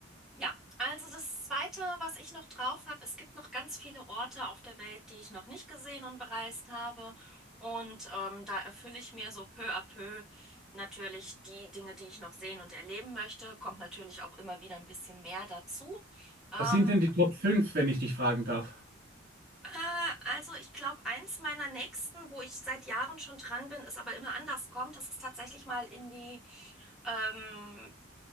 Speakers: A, in the centre; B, on the right.
A: Ja, also das Zweite, was ich noch drauf habe, es gibt noch ganz viele Orte auf der Welt, die ich noch nicht gesehen und bereist habe. Und ähm, da erfülle ich mir so peu à peu natürlich die Dinge, die ich noch sehen und erleben möchte. Kommt natürlich auch immer wieder ein bisschen mehr dazu. Ähm,
B: Was sind denn die Top 5, wenn ich dich fragen darf?
A: äh, also ich glaube, eins meiner nächsten, wo ich seit Jahren schon dran bin, ist aber immer anders kommt, das ist tatsächlich mal in die ähm,